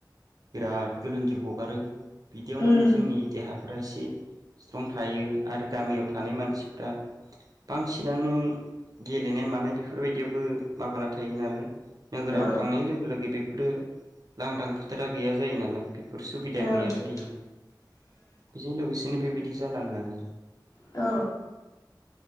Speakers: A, on the right; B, on the left.
A: बिराद गोलोमदै गगारो। बिदियाव
B: उम
A: माने जोंनि देहाफो रा एसे स्ट्रं थायो। आरो गामियाव थानाय मानसिफ्रा बांसिनानो गेलेनाय मानाय बेफोरबायदियावबो माबाना थायो नालाय नोगोराव
B: औ
A: थांनाय लोगो लोगो बे रो लांदां फोथारा गैया जायो नालाय बेफोर सुबिदा
B: औ
A: गैया जायो। बेजों लोगोसेनो बेबाय दि जालाङो आरो।
B: औ।